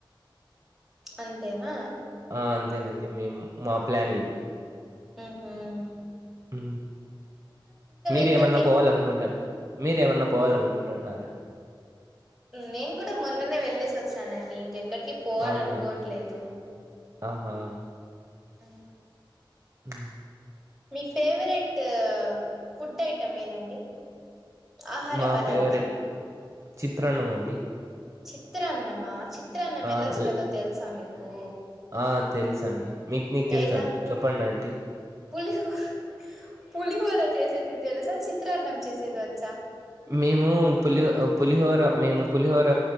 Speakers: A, in the centre; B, on the right (about 35°).
A: అంతేనా
B: ఆ అంతేనండి మేము మా ప్లాన్ ఇది.
A: హా
B: ఊ మీరేమన్నా
A: ఎక్కడికి
B: పోవాల అనుకుంటా మీరేమన్నా పోవాలనుకుంటూనార
A: నేను కూడా మొన్ననే వెళ్లేేసి వచ్చానండి ఇంక అక్కడికి పోవాలనుకోవట్లేదు.
B: అవునా ఆహా
A: ఊ
B: <unintelligible>
A: మీ ఫేవరెట్ ఫుడ్ ఐటెమ్ ఏదండి. ఆహార
B: మా
A: పదార్థం
B: ఫేవరెట్ చిత్రాన్నం అండి.
A: చిత్రన్నమా చి చిత్రనం మెలా
B: ఆ
A: చేయలో తెల్సా మీకు
B: ఆ తెలుసండి మీకు మీకు తెలుసా
A: ఎళ
B: అండి చెప్పండి అంటీ
A: పులి హ పులిహోర చేసేది తెలుసా, చిత్రాన్నం చేసేది వచ్చా.
B: మేము పులిహ పులిహోర మేము పులిహోర